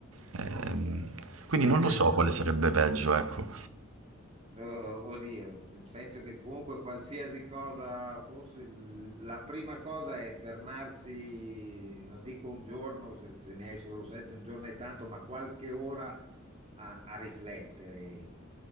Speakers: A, on the right (about 85°); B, on the right (about 30°).
A: Ehm,
B: mm,
A: quindi
B: è
A: non
B: interessante.
A: lo so quale sarebbe peggio, ecco.
B: Eh, Oddio, penso che comunque qualsiasi cosa fosse, l- la prima cosa è fermarsi, non dico un giorno, se, se ne hai solo sette, un giorno è tanto, ma qualche ora a, a riflettere.